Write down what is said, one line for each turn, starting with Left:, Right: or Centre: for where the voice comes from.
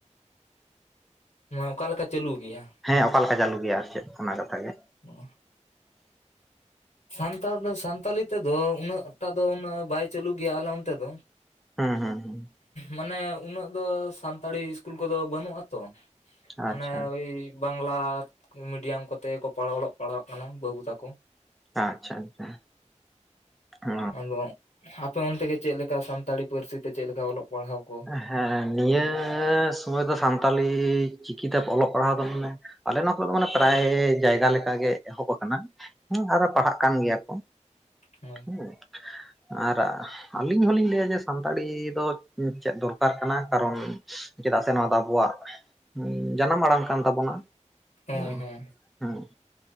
Left: ᱚᱠᱟᱞᱮᱠᱟ ᱪᱟᱹᱞᱩ ᱜᱮᱭᱟ?
Centre: ᱦᱮᱸ ᱚᱠᱟ ᱞᱮᱠᱟ ᱪᱟᱹᱞᱩ ᱜᱮᱭᱟ ᱟᱨ ᱪᱮᱫ ᱚᱱᱟ ᱠᱟᱛᱷᱟ ᱜᱮ᱾
Left: ᱚᱸ ᱥᱟᱱᱛᱟᱲ ᱫᱚ ᱥᱟᱱᱛᱟᱞᱤ ᱛᱮᱫᱚ ᱩᱱᱟᱹᱜ ᱴᱟ ᱫᱚ ᱩᱱᱟᱹᱜ ᱵᱟᱭ ᱪᱟᱹᱞᱩ ᱜᱮᱭᱟ ᱟᱞᱮ ᱚᱱᱛᱮ ᱫᱚᱼᱼ
Centre: ᱦᱩᱸ ᱦᱩᱸ ᱦᱩᱸ
Left: ᱢᱟᱱᱮ ᱩᱱᱟᱹᱜ ᱫᱚ ᱥᱟᱱᱛᱟᱲᱤ ᱤᱥᱠᱩᱞ ᱠᱚᱫᱚ ᱵᱟᱱᱩᱜ ᱟᱛᱚ᱾ ᱢᱟᱱᱮ
Centre: ᱟᱪᱪᱷᱟ
Left: ᱳᱭᱼᱼ ᱵᱟᱝᱞᱟ ᱢᱤᱰᱤᱭᱟᱢ ᱠᱚᱛᱮ ᱠᱚ ᱚᱞᱚᱜ ᱯᱟᱲᱦᱟᱜ ᱠᱟᱱᱟ ᱵᱟᱹᱵᱩ ᱛᱟᱠᱚᱼᱼ
Centre: ᱟᱪᱪᱷᱟ ᱟᱪᱪᱷᱟ ᱚᱼᱼ
Left: ᱟᱫᱚ ᱟᱯᱮ ᱚᱱᱛᱮᱜᱮ ᱪᱮᱫ ᱞᱮᱠᱟ ᱥᱟᱱᱛᱟᱲᱤ ᱯᱟᱹᱨᱥᱤ ᱛᱮ ᱪᱮᱫ ᱞᱮᱠᱟ ᱚᱞᱚᱜ ᱯᱟᱲᱦᱟᱣ ᱠᱚᱼᱼ
Centre: ᱦᱮᱸ ᱱᱤᱭᱟᱹ ᱥᱚᱢᱚᱭ ᱫᱚ ᱥᱟᱱᱛᱟᱞᱤ ᱪᱤᱠᱤ ᱛᱮ ᱚᱞᱚᱜ ᱯᱟᱲᱦᱟᱣ ᱫᱚ ᱢᱟᱱᱮᱼᱼ ᱟᱞᱮ ᱱᱚᱣᱟ ᱠᱚᱨᱮ ᱫᱚ ᱢᱟᱱᱮ ᱯᱨᱟᱭ ᱡᱟᱭᱜᱟ ᱞᱮᱠᱟᱜ ᱜᱮ ᱮᱦᱚᱵ ᱟᱠᱟᱱᱟ᱾ ᱦᱮᱸ ᱟᱨᱦᱚ ᱯᱟᱲᱦᱟᱜ ᱠᱟᱱ ᱜᱮᱭᱟ ᱠᱚ᱾
Left: ᱦᱚᱭ
Centre: ᱦᱮᱸ ᱟᱨ ᱟᱞᱤᱧ ᱦᱚᱞᱤᱧ ᱞᱟᱹᱭ ᱡᱮ ᱥᱟᱱᱛᱟᱲᱤ ᱫᱚᱼᱼ ᱪᱮᱫ ᱫᱚᱨᱠᱟᱨ ᱠᱟᱱᱟ ᱠᱟᱨᱚᱱ ᱪᱮᱫᱟᱜ ᱥᱮ ᱱᱚᱣᱟ ᱫᱚ ᱟᱵᱚᱼᱼ ᱟᱵᱚᱣᱟᱜ ᱡᱟᱱᱟᱢ ᱟᱲᱟᱝ ᱠᱟᱱ ᱛᱟᱵᱚᱱᱟ
Left: ᱦᱮᱸ
Centre: ᱦᱩᱸ
Left: ᱦᱮᱸ
Centre: ᱦᱩᱸᱼᱼ